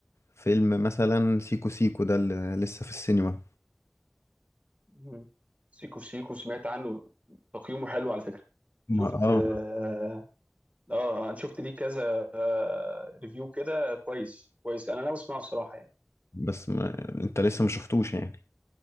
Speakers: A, on the left; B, on the right.
A: فيلم مثلا سيكو سيكو ده اللي لسه في السينما
B: مم. سيكو في سيكو سمعت عنه تقييمه حلو على فكره
A: ما
B: شفت
A: اه
B: اه آه، انا شفت ليه كذا آه ريفيو كده كويس كويس انا ناوي اسمعه بصراحه يعني
A: بس ما انت لسه ما شفتوش يعني